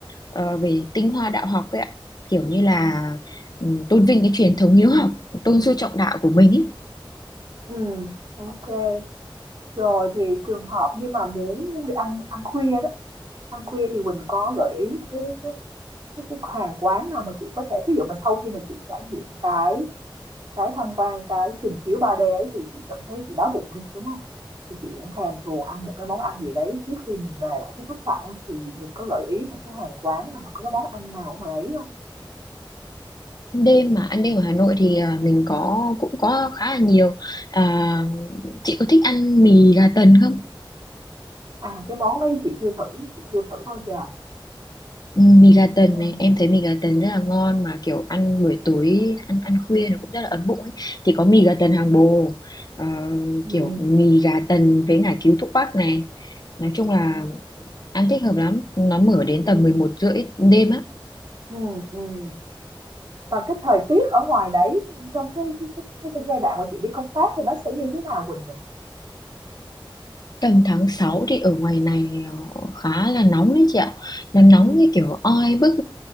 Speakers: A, on the left (about 50°); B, on the right (about 60°).
A: ờ, về tinh hoa đạo học ấy ạ kiểu như là ừm, tôn vinh cái truyền thống hiếu học tôn sư trọng đạo của mình ấy
B: ừm, ok Rồi thì trường hợp nhưng mà muốn muốn đi ăn ăn khuya đó, ăn khuya thì Quỳnh có gợi ý cái cái cái cái hàng quán nào mà chị có thể ví dụ mà sau khi mà chị trải nghiệm cái Cái tham quan cái trình chiếu 3D ấy thì chị cảm thấy chị đói bụng đi, đúng không? Thì chị cũng thèm thuồng ăn một cái món ăn gì đấy trước khi mình về lại cái khách sạn á, thì mình có gợi ý là cái hàng quán nào hoặc có cái món ăn nào ở ngoài ấy không?
A: đêm mà ăn đêm ở Hà Nội thì à, mình có cũng có khá là nhiều à, chị có thích ăn mì gà tần không
B: À, cái món đấy chị chưa thử, chị chưa thử bao giờ.
A: Ừ, mì gà tần
B: Ừm.
A: này em thấy mì gà tần rất là ngon mà kiểu ăn buổi tối ăn ăn khuya nó cũng rất là ấm bụng ấy thì có mì gà tần Hàng Bồ ờ,
B: Ừm.
A: kiểu mì gà tần với ngải cứu thuốc bắc này nói chung là ăn thích hợp lắm nó mở đến
B: Ừm.
A: tầm mười một rưỡi đêm á
B: Ừm, ừm. Và cái thời tiết ở ngoài đấy, trong cái cái cái cái giai đoạn mà chị đi công tác thì nó sẽ như thế nào Quỳnh nhỉ?
A: Tầm tháng 6 thì ở ngoài này ờ, khá là nóng đấy chị ạ. Nó nóng
B: Ừm,
A: cái kiểu oi bức